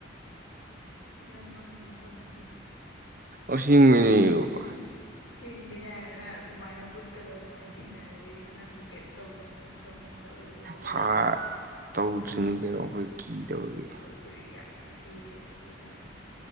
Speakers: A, on the left; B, on the right.
A: ꯌꯥꯝ ꯃꯥꯅꯔꯤ ꯀꯗ
B: ꯑꯁꯤ ꯃꯅꯦ ꯌꯕ
A: ꯁꯤꯗꯤꯒ ꯑꯗꯨꯃꯥꯏꯅ ꯕꯨꯠꯀꯗꯣ ꯑꯗꯨꯃꯥꯏꯅ ꯊꯦꯡꯅꯔꯒ ꯑꯩꯁ ꯅꯪꯕꯨ ꯀꯔꯤꯝ ꯇꯧꯗ ꯇꯧꯔꯔꯣꯏꯗꯕꯩꯗꯇ
B: ꯐꯥ ꯇꯧꯗ꯭ꯔꯤꯅꯤ ꯀꯩꯅꯣ ꯑꯩꯈꯣꯏ ꯀꯤꯗꯕꯒꯤ
A: ꯇꯧꯗꯔꯤ ꯒꯠꯇꯕꯩ ꯇꯥꯔꯗ